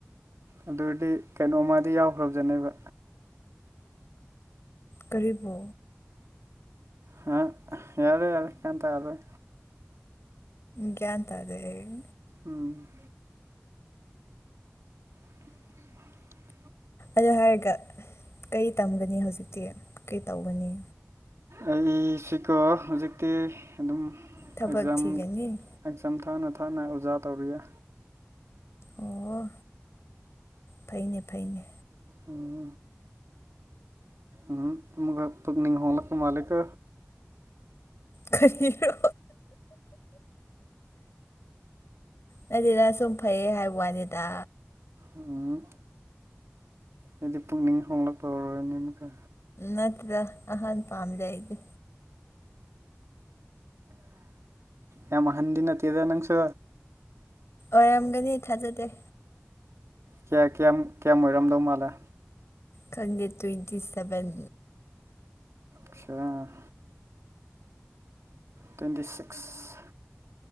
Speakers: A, on the right; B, on the left.
A: ꯑꯗꯨꯗꯤ ꯀꯩꯅꯣꯝꯃꯥꯗꯤ ꯌꯥꯎꯈ꯭ꯔꯕꯖꯥꯠꯅꯦꯕ
B: ꯀꯔꯤꯕꯨ
A: ꯍꯥ ꯌꯥꯔꯦ ꯌꯥꯔꯦ ꯒ꯭ꯌꯥꯟ ꯇꯥꯔꯣꯏ
B: ꯒ꯭ꯌꯥꯟ ꯇꯥꯗꯦ ꯑꯩ
A: ꯎꯝ <inaudible>
B: ꯑꯗꯨ ꯍꯥꯏꯔꯒ ꯀꯔꯤ ꯇꯝꯒꯅꯤ ꯍꯧꯖꯤꯛꯇꯤ ꯀꯔꯤ ꯇꯧꯒꯅꯤ
A: ꯑꯩ ꯁꯤꯀꯣ ꯍꯧꯖꯤꯛꯇꯤ ꯑꯗꯨꯝ
B: ꯊꯕꯛ
A: ꯑꯦꯛꯖꯥꯝ
B: ꯊꯤꯒꯅꯤ
A: ꯑꯦꯛꯖꯥꯝ ꯊꯥꯅ ꯊꯥꯅ ꯑꯣꯖꯥ ꯇꯧꯔꯤꯌꯦ
B: ꯑꯣ ꯐꯩꯅꯦ ꯐꯩꯅꯦ
A: ꯎꯝ ꯎꯝ ꯑꯃꯨꯛꯀ ꯄꯨꯛꯅꯤꯡ ꯍꯣꯡꯂꯛꯄ ꯃꯥꯂꯦꯀꯣ
B: ꯀꯔꯤꯔꯣ ꯅꯠꯇꯦꯗ ꯁꯨꯝ ꯐꯩꯌꯦ ꯍꯥꯏꯕ ꯋꯥꯅꯦꯗ
A: ꯎꯝ ꯑꯩꯗꯤ ꯄꯨꯛꯅꯤꯡ ꯍꯣꯡꯂꯛꯄ <unintelligible> ꯑꯃꯨꯛꯀ
B: ꯅꯠꯇꯦꯗ ꯑꯍꯟ ꯄꯥꯝꯗꯦ ꯑꯩꯗꯤ
A: ꯌꯥꯝ ꯑꯍꯟꯗꯤ ꯅꯠꯇꯦꯗ ꯅꯪꯁꯨ
B: ꯑꯣꯏꯔꯝꯒꯅꯤ ꯊꯥꯖꯗꯦ
A: ꯀꯌꯥ ꯀꯌꯥꯝ ꯀꯌꯥꯝ ꯑꯣꯏꯔꯝꯗꯧ ꯃꯥꯜꯂꯦ
B: ꯈꯪꯗꯦ ꯇ꯭ꯋꯦꯟꯇꯤ ꯁꯚꯦꯟ
A: ꯑꯁꯥ ꯇ꯭ꯋꯦꯟꯇꯤ ꯁꯤꯛꯁ